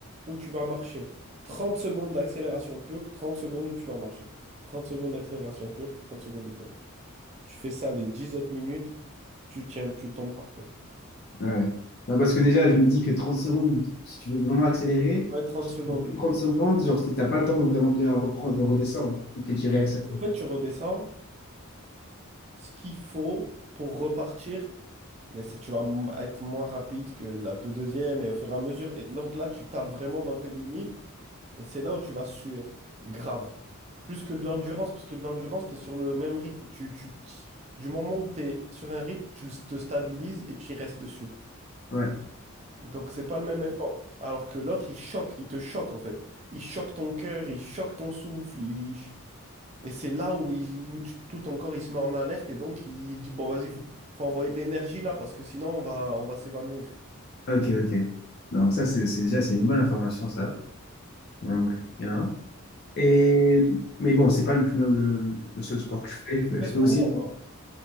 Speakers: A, on the right; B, on the left.
A: où tu vas marcher. 30 secondes d'accélération pure, Trente secondes où tu vas marcher. 30 secondes d'accélération pure, Trente secondes où tu vas marcher. Tu fais ça les 10 autres minutes, tu tiens, tu tombes par terre.
B: Ouais. Non, parce que déjà, je me dis que 30 secondes, si tu veux vraiment accélérer,
A: Ouais, 30
B: je
A: secondes.
B: trouve que 30 secondes, genre, t'as pas le temps de vraiment bien reprendre, de redescendre et que tu réaccélères.
A: En fait, tu redescends ce qu'il faut pour repartir, mais ça, tu vas m- être moins rapide que la peu deuxième et au fur et à mesure. Et donc là, tu tapes vraiment dans tes limites Et c'est là où tu vas suer, grave. Plus que de l'endurance, parce que de l'endurance, tu es sur le même rythme. Tu, tu, tu- du moment où tu es sur un rythme, tu le- te stabilises et tu y restes dessus.
B: Ouais.
A: Donc, c'est pas le même effort. Alors que l'autre, il choque, il te choque en fait. Il choque ton cœur, il choque ton souffle. il- Et c'est là où, il, où tu- tout ton corps, il se met en alerte et donc il dit, bon, vas-y, faut, faut envoyer de l'énergie là, parce que sinon, on va, on va s'évanouir.
B: Ok, ok. Donc ça, c'est c'est déjà c'est une bonne information, ça. Donc, bien. Et, mais bon, c'est pas le, même le, le seul sport que je fais.
A: Pèse
B: Je fais
A: combien,
B: aussi.
A: toi?